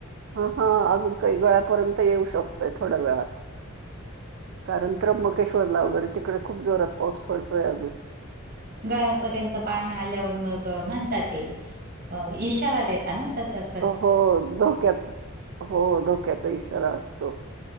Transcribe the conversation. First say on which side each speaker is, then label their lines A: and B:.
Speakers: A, on the right; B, on the right.
A: हा अजून <inaudible> काही वेळा्यापर्यंत येऊ शकतोय थोड्या वेळात कारण त्र्यंबकेश्वरला वगैरे तिकडे खूप जोरात पाऊस पडतोय अजून
B: <inaudible> गरापर्यंत पाणी आल्यावर मग म्हणतात ते इशारा देता ना सतत.
A: हो धोक्याच हो धोक्याचा इशारा असतो.